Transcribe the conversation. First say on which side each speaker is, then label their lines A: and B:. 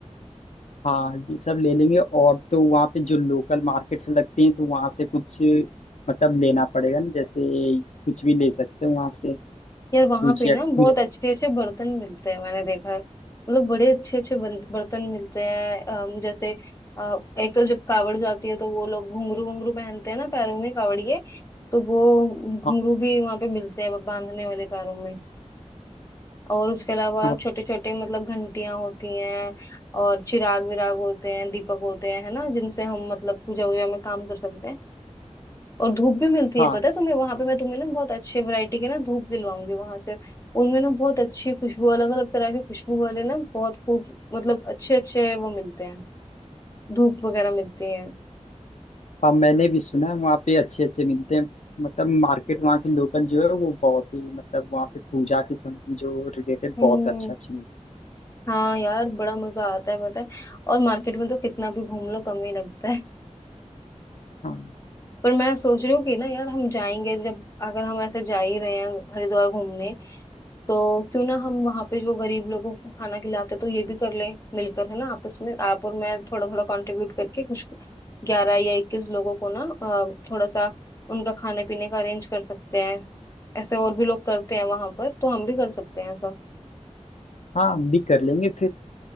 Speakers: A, on the left (about 70°); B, on the left (about 25°).
A: हाँ ये सब ले लेंगे और तो वहाँ पे जो लोकल मार्केट्स लगते हैं तो वहाँ से कुछ मतलब लेना पड़ेगा ना जैसे कुछ भी ले सकते हैं वहाँ से
B: यार
A: पूजा
B: वहां पे ना
A: पूजा
B: बहुत अच्छे अच्छे बर्तन मिलते हैं मैंने देखा है मतलब बड़े अच्छे अच्छे बन- बर्तन मिलते हैं अम, जैसे अ, एक तो जब कावड़ जाती है तो वो लोग घुंघरू घुंघरू पहनते हैं ना पैरों में कावड़िए तो वो घुंघरू
A: हाँ
B: भी वहां पे मिलते हैं बांधने वाले पैरों में और उसके अलावा
A: हाँ
B: छोटे छोटे मतलब घंटियां होती हैं और चिराग विराग होते हैं दीपक होते हैं है ना जिनसे हम मतलब पूजा वूजा में काम कर सकते हैं और धूप भी मिलती
A: हाँ
B: है पता है तुम्हें वहां पे मैं तुम्हें ना बहुत अच्छे वैरायटी के ना धूप दिलवाऊंगी वहां से उनमें ना बहुत अच्छी खुशबू अलग अलग तरह के खुशबू वाले ना बहुत खूब मतलब अच्छे अच्छे वो मिलते हैं धूप वगैरह मिलती हैं
A: हाँ मैंने भी सुना है वहाँ पे अच्छे अच्छे मिलते हैं मतलब मार्केट वहाँ की लोकल जो है वो बहुत ही मतलब वहाँ पे पूजा के समय जो रिलेटेड
B: हम्म
A: बहुत अच्छा अच्छी मिलती
B: हाँ यार बड़ा मजा आता है पता है और मार्केट में तो कितना भी घूम लो कम ही लगता है
A: है हाँ
B: पर मैं सोच रही हूँ कि ना यार हम जाएंगे जब अगर हम ऐसे जा ही रहे हैं हरिद्वार घूमने तो क्यों ना हम वहां पे जो गरीब लोगों को खाना खिलाते तो ये भी कर लें मिलकर है ना आपस में आप और मैं थोड़ा थोड़ा कंट्रीब्यूट करके कुछ ग्यारह या इक्कीस लोगों को ना अ, थोड़ा सा उनका खाने पीने का अरेंज कर सकते हैं ऐसे और भी लोग करते हैं वहां पर तो हम भी कर सकते हैं ऐसा
A: हाँ हम भी कर लेंगे फिर